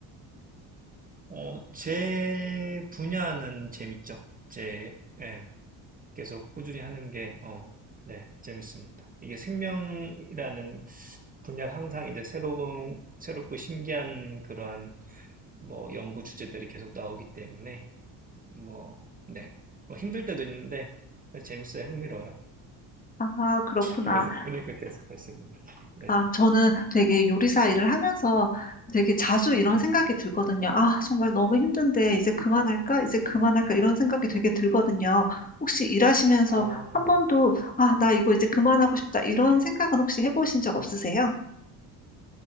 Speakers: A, on the right; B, on the left.
A: 어, 제 분야는 재밌죠. 제, 예, 계속 꾸준히 하는 게, 어, 네, 재밌습니다. 이게 생명이라는 분야 항상 이제 새로운, 새롭고 신기한 그러한 뭐 연구 주제들이 계속 나오기 때문에, 뭐, 네. 뭐 힘들 때도 있는데, 재밌어요. 흥미로워요.
B: <laughs> 아, 그렇구나.
A: 그래서, 그러니까 계속 할 수 있는 거죠. 네,
B: 아, 저는 되게 요리사 일을 하면서 되게 자주 이런
A: 네.
B: 생각이 들거든요. 아, 정말 너무 힘든데 이제 그만할까? 이제 그만할까? 이런 생각이 되게 들거든요. 혹시 일하시면서
A: 아.
B: 한 번도 아, 나 이거 이제 그만하고 싶다. 이런 생각은 혹시 해보신 적 없으세요?